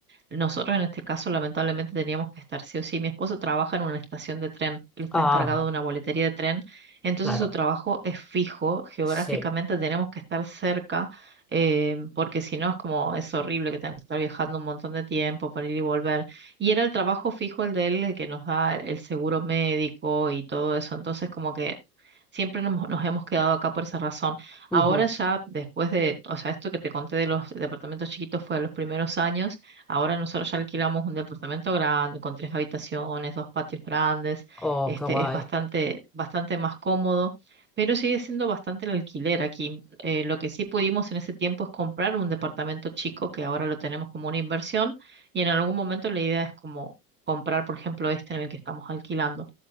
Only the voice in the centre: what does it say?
ah,
claro,
sí.
Ujú,
Oh,
qué guay.